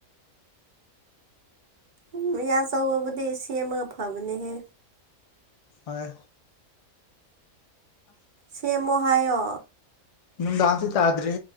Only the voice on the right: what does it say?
ꯎ ꯑꯆꯧꯕꯕꯨꯗꯤ ꯁꯦꯝꯃꯒ ꯐꯕꯅꯦꯍꯦ
ꯁꯦꯝꯃꯣꯍꯥꯏꯣ